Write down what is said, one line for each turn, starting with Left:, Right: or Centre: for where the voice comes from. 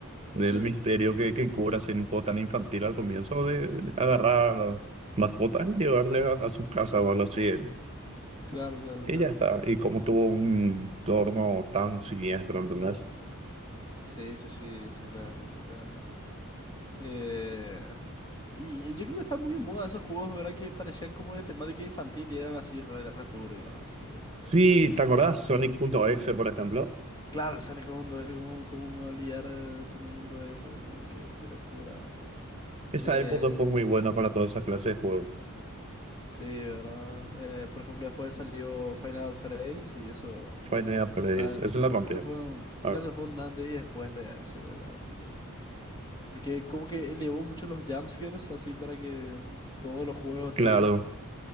Right: del
Left: Sí,
Right: misterio que, que cobra ser un juego tan infantil al comienzo de, de agarrar a las mascotas y llevarle a, a su casa o algo así. eh,
Left: claro, claro,
Right: Y
Left: claro.
Right: ya está. Y como tuvo un entorno tan siniestro, ¿entendés?
Left: Sí, sí, sí, exactamente, exactamente. Eh, y yo creo que están muy en moda esos juegos, ¿verdad? Que parecían como de temática infantil y eran así re, re turbios, así. eh,
Right: Sí,
Left: Después,
Right: ¿te acordás?
Left: ¿verdad?
Right: Sonic.exe, por ejemplo.
Left: Claro, el Sonic Mundo ese, cómo, cómo me voy a liar de Sonic Mundo ese, ¿no? Qué, qué locura.
Right: Esa
Left: Eh,
Right: época fue muy buena para todas esas clases de juegos.
Left: sí, ¿verdad? Eh, por ejemplo, después salió Final Fantasy y eso, o
Right: Final Freddy's,
Left: sea,
Right: esa es la rompió.
Left: eso fue un,
Right: Ah,
Left: eso fue un antes y después, te voy a decir, ¿verdad? Porque, porque como que elevó mucho los jumpscares, así para que mm, todos los juegos
Right: Claro.
Left: tengan.